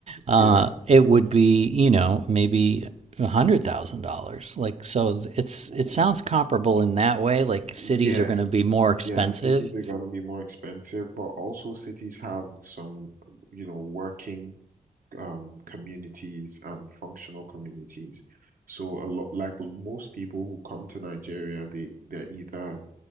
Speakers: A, on the right; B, on the right.
A: uh,
B: yeah.
A: it would be, you know, maybe a hundred thousand dollars. Like, so it's,
B: Ooh.
A: it sounds comparable in that way. Like cities
B: Yeah,
A: are going to be more
B: yeah.
A: expensive
B: Cities are gonna be more expensive, but also cities have some, you know, working um, communities and functional communities. So a lot like most people who come to Nigeria, they they're either